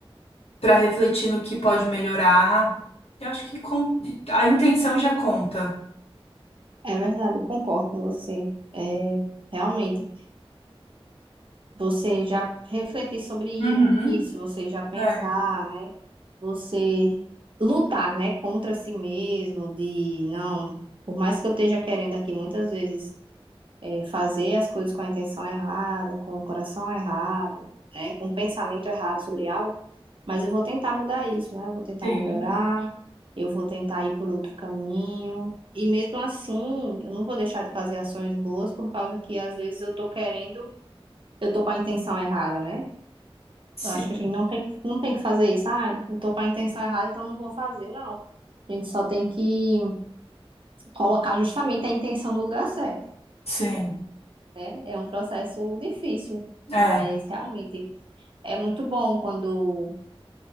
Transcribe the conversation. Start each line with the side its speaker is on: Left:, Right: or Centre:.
Left: para refletir no que pode melhorar. Eu acho que con- a intenção já conta.
Right: É verdade, eu concordo com você. É, realmente. você já refletir sobre
Left: Uhum.
Right: isso, você já pensar,
Left: É.
Right: né? Você lutar, né, contra si mesmo, de não, por mais que eu esteja querendo aqui muitas vezes eh, fazer as coisas com a intenção errada, com o coração errado, né, com o pensamento errado sobre algo, mas eu vou tentar mudar isso, né? Eu vou tentar
Left: Sim,
Right: melhorar, eu vou tentar ir por outro caminho. E mesmo assim, eu não vou deixar de fazer ações boas por causa que às vezes eu tô querendo eu tô com a intenção errada, né?
Left: sim,
Right: Eu acho que a gente não tem, não tem que fazer isso. Ah, eu tô com a intenção errada, então não vou fazer. Não. A gente só tem que colocar justamente a intenção no lugar certo,
Left: sim.
Right: né? É um processo difícil,
Left: É.
Right: mas realmente é muito bom quando